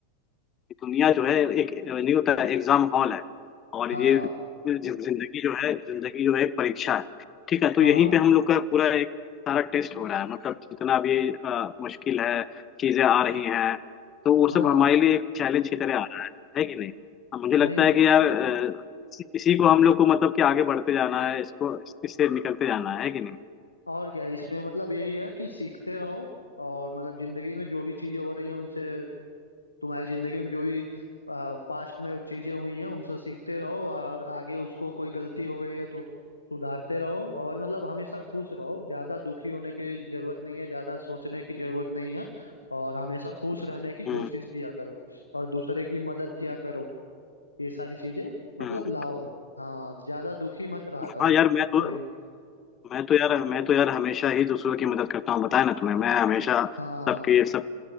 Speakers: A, on the left (about 30°); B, on the left (about 85°).
A: दुनिया जो है एक नहीं होता है एग्जाम हॉल है और
B: हाँ
A: ये जिन- जिंदगी जो है जिंदगी जो है एक परीक्षा है ठीक है तो
B: हाँ
A: यहीं पे हम लोग का पूरा एक सारा टेस्ट हो रहा है मतलब जितना भी अ, मुश्किल है चीजें आ रही हैं तो वो सब
B: हाँ
A: हमारे लिए एक चैलेंज की तरह आ रहा है है कि नहीं अब मुझे लगता
B: नहीं
A: है कि यार अ, इसी इसी को हम लोग को मतलब कि आगे बढ़ते जाना है इसको इससे निकलते जाना है है कि नहीं
B: और क्या इसमें मतलब यही है कि सीखते रहो और मतलब जिंदगी में जो भी चीजें हो रही हैं उनसे तुम्हारी जिंदगी में जो भी पास्ट में चीजें हुई हैं उनसे सीखते रहो और आगे उसको कोई गलती हो गई है तो सुधारते रहो और मतलब हमेशा खुश रहो ज्यादा दुखी होने की जरूरत नहीं है ज्यादा सोचने की जरूरत नहीं है और हमेशा खुश रहने की कोशिश
A: हम्म
B: किया करो और दूसरे की मदद किया करो ये सारी चीजें मतलब
A: हम्म।
B: लाओ हाँ ज्यादा दुखी मत रहा करो
A: हाँ यार मैं तो
B: कोई
A: मैं तो यार मैं तो यार हमेशा ही दूसरों की मदद करता हूँ बताया ना तुम्हें मैं हमेशा
B: हाँ
A: सबके सब